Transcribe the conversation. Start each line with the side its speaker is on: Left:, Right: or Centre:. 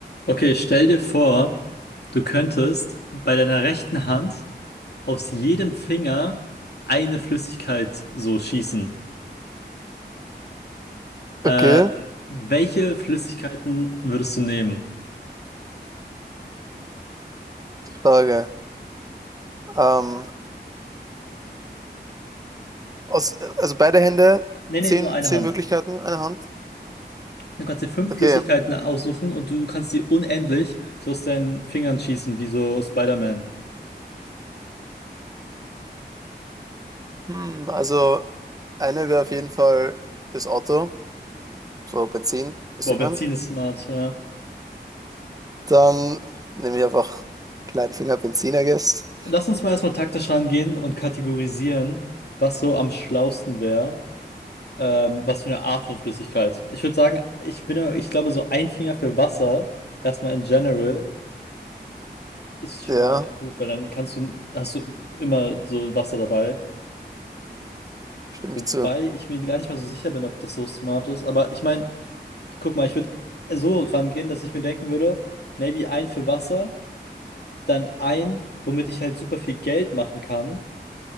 Left: Okay, stell dir vor, du könntest bei deiner rechten Hand aus jedem Finger eine Flüssigkeit so schießen. Äh,
Right: Okay,
Left: welche Flüssigkeiten würdest du nehmen?
Right: Frage. Ähm, aus, also beide Hände,
Left: Nee,
Right: zehn,
Left: nee, nur eine
Right: zehn
Left: Hand.
Right: Möglichkeiten, eine Hand.
Left: Du kannst dir fünf
Right: Okay.
Left: Flüssigkeiten aussuchen und du kannst sie unendlich so aus deinen Fingern schießen, wie so Spider-Man.
Right: Hm, also eine wäre auf jeden Fall das Auto, so Benzin, weißt
Left: Boah,
Right: du, ich
Left: Benzin
Right: meine.
Left: ist smart, ja.
Right: Dann nehme ich einfach kleinen Finger Benzin, I guess.
Left: Lass uns mal erstmal taktisch rangehen und kategorisieren, was so am schlausten wäre. Ähm, was für eine Art von Flüssigkeit? Ich würde sagen, ich bin, ja- ich glaube, so ein Finger für Wasser, erstmal in general, ist schon
Right: Ja,
Left: mal gut, weil dann kannst du, hast du immer so Wasser dabei.
Right: stimme
Left: Wobei
Right: ich zu.
Left: ich mir gar nicht mal so sicher bin, ob das so smart ist. Aber ich meine, guck mal, ich würde so rangehen, dass ich mir denken würde, maybe ein für Wasser, dann ein, womit ich halt super viel Geld machen kann,